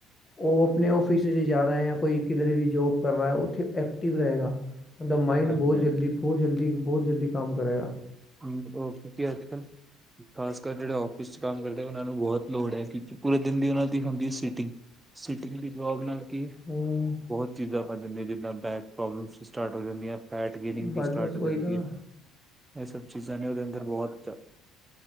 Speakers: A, on the left; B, on the right.
A: ਓ ਆਪਣੇ ਔਫਿਸ 'ਚ ਜਾ ਰਹੇ ਆ ਕੋਈ ਕਿਧਰੇ ਵੀ ਜੋਬ ਕਰ ਰਿਹਾ ਉੱਥੇ ਐਕਟਿਵ ਰਹੇਗਾ। ਮਤਲਬ, ਮਾਈੰਡ
B: ਹਾਂਜੀ
A: ਬੋਤ
B: ਹਾਂਜੀ
A: ਜਲਦੀ, ਬੋਤ ਜਲਦੀ, ਬੋਤ ਜਲਦੀ ਕੰਮ ਕਰੇਗਾ।
B: ਹੂੰ, ਹੋਰ ਅੱਜ ਕਲ ਖਾਸ ਕਰ ਜੇਹੜੇ ਆਫਿਸ ਚ ਕੰਮ ਕਰਦੇ, ਓਹਨਾਂ ਨੂੰ ਬੋਤ ਲੋੜ ਹੈ, ਕਿਉਂਕਿ ਪੂਰੇ ਦਿਨ ਦੀ ਓਨਾਂ ਦੀ ਹੁੰਦੀ ਹੈ ਸੀਟਿੰਗ। ਸਿਟਿੰਗ ਵੀ ਜਵਾਬ ਨਾਲ ਕਿ
A: ਹੂੰ,
B: ਬਹੁਤ ਚੀਜ਼ਾਂ ਬਣ ਜਾਂਦੀਆਂ, ਜਿੱਦਾਂ ਬੈਕ ਪ੍ਰੋਬਲਮਸ ਵੀ ਸਟਾਰਟ ਹੋ ਜਾਂਦੀਆਂ। ਫੈਟ ਗੇਨਿੰਗ
A: ਬਸ
B: ਵੀ ਸਟਾਰਟ
A: ਬਸ
B: ਹੋ
A: ਉਹੀ
B: ਜਾਂਦੀ
A: ਤਾਂ
B: ਹੈ, ਏਹ ਸਭ ਚੀਜ਼ਾਂ ਨੇ ਓਦੇ ਅੰਦਰ ਬਹੁਤ